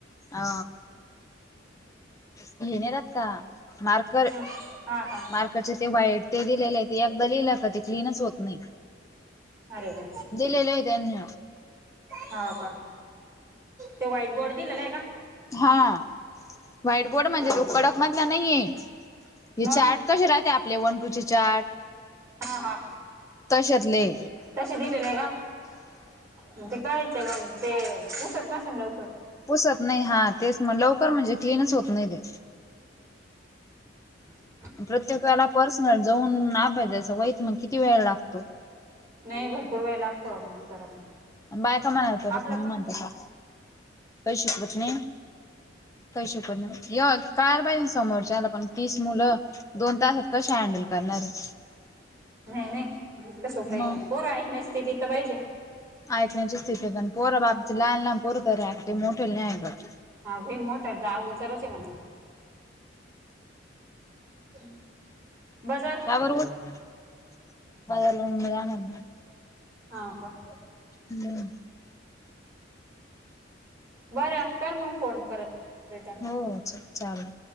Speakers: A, on the left (about 15°); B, on the right (about 15°).
A: आ हे नाहीे राहत का मार्कर
B: हा हा, हा
A: <unintelligible> व्हाईट ते दिलेले आहे ते एकदा लिहिलं ते क्लीनच होत नाही
B: अरे वा
A: दिलेलं आहे त्यांनी
B: हाव का ते व्हाईट बोर्ड दिलेला आहे का
A: हा व्हाईट बोर्ड म्हणजे
B: अरे
A: तो
B: रे
A: कडक मधला नाहीये हे
B: मग
A: चार्ट कसे राहते आपले वन टू चे चार्ट
B: हा, हा
A: तशातले
B: तसे दिलेले का कायचे मग ते पुसत नसे ना लवकर
A: पुसत नाही हा तेच म लवकर म्हणजे क्लीनच होत नाही ते
B: ह
A: प्रत्येक वेळेला पर्सनल जाऊन अभ्यास द्यायचा वईत मग किती वेळ लागतो
B: नाही भरपूर वेळ लागतो अगं मंग करायला.
A: बायका म्हणा परत
B: आपला
A: मग
B: पण
A: म्हणते का? कही शिकवत नाही काही शिकवत नाही य कार <unintelligible> समोर च्या ला पण तीस मुलं दोन तासा कशी हँडल करणार आहे.
B: नाही नाही इतका सोप्पं आहे
A: मग
B: का पोरं आहेत नाही स्थितीत तर पाहिजे न.
A: ऐकण्याची स्थिती पण पोरं बाब लहान लहान पोरं तर ऐकते मोठे नाही ऐकत.
B: हा भई मोठं जाग उचरच आहे म्हण. हम्म बाजार
A: त्या वरून <unintelligible> जाणार ना.
B: हाव का?
A: हम्म.
B: बरं आहे कर मग फोन परत रिटर्न. हा
A: हो चाल चालेल.